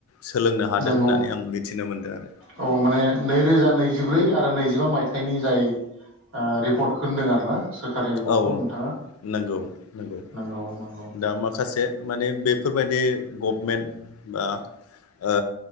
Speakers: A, on the left; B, on the right.
A: सोलोंनो हादों
B: नंगौ
A: होननानै आं मिथिनो मोनदों आरो।
B: औ माने नैरोजा नैजिब्रै आरो नैजिबा मायथाइनि जाय रिपर्टखौ होनदों आरो। जबा सोरकनि रिपर्टखौ
A: औ
B: नोंथाङा
A: नंगौ नंगौ
B: नांगौ नांगौ।
A: दा माखासे माने बेफोरबायदि गभमेन्ट बा ओ